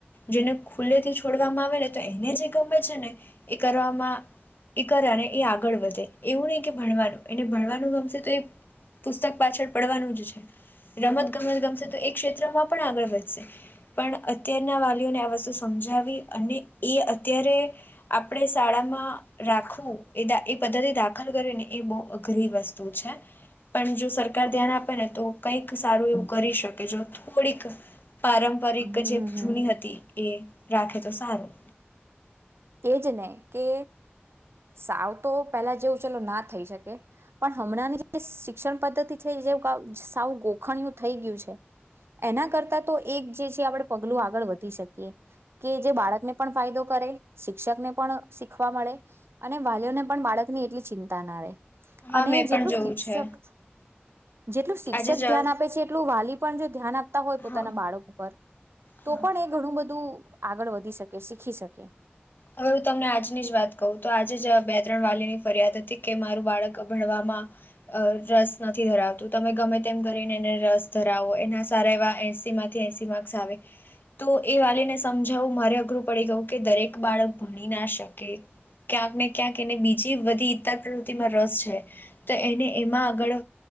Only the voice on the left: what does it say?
જેને ખુલ્લે થી છોડવામાં આવે ને તો એને જે ગમે છે ને, એ કરવામાં એ કર્યા ને એ આગળ વધે, એવું નહી કે ભણવાનું એને ભણવાનું ગમશે તો એ પુસ્તક પાછળ પડવાનું જ છે, રમત ગમત ગમશે તો એ ક્ષેત્રમાં પણ આગળ વધે. સે પણ અત્યારે વાલીઓને આ વસ્તુ સમજાવી અને એ અત્યારે, આપણે શાળામાં રાખવું એ એ પદ્ધતિ દાખલ કરી ને એ બહુ અઘરી વસ્તુ છે, પણ જો સરકાર ધ્યાન આપે ને તો કંઈક સારું એવું કરી શકે જો થોડીક પારંપરિક
જે જૂની
હતી એ. રાખે તો સારું.
હા
મેં
પણ જોવું
છે
આજે જ
હા
હા
હવે હું તમને આજની જ વાત કહું તો આજે જ બે ત્રણ વાલી ની ફરિયાદ હતી કે મારું બાળક ભણવામાં, રસ નથી ધરાવતું તમે ગમે તેમ કરીને એને રસ ધરાવો એના સારા એવા એસી માંથી એસી માર્ક્સ આવે, તો એ વાલીને સમજાવું મારે અઘરું પડી ગયું કે દરેક બાળક ભણી ના શકે, ક્યાંક ને ક્યાંક એને બીજ જી બધી ઈતર પ્રવૃતિ માં રસ છે. તો એને એમાં આગળ,